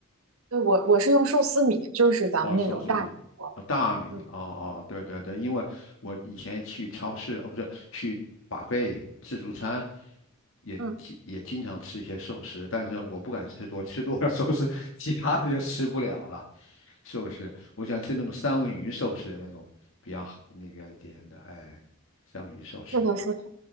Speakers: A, on the right; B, on the left.
A: 对，我我是用寿司米，就是咱们那种大米做
B: 哦，寿司米，哦大米，
A: 的。嗯
B: 哦哦对对对，因为我以前去超市，哦不是去 buffet 自助餐，也经也经常吃一些寿司，
A: 嗯，
B: 但是我不敢吃多，吃多了寿司其他的就吃不了了。寿司，我想吃那种三文鱼寿司的那种比较好那个一点的，哎，三文鱼寿司
A: 是的，是的。